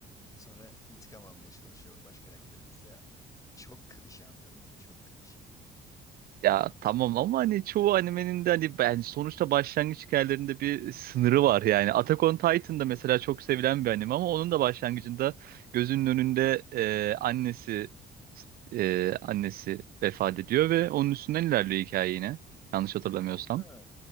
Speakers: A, on the left; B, on the right.
A: Sonra intikam almaya çalışıyor baş karakterimiz. Ya çok klişe anladın mı? Çok klişe.
B: Ya tamam ama hani çoğu animenin de hani ben sonuçta başlangıç hikayelerinde bir sınırı var yani. Attack on Titan'da mesela çok sevilen bir anime ama onun da başlangıcında gözünün önünde e, annesi e, annesi vefat ediyor ve onun üstünden ilerliyor hikaye yine. Yanlış hatırlamıyorsam.
A: E, tamam da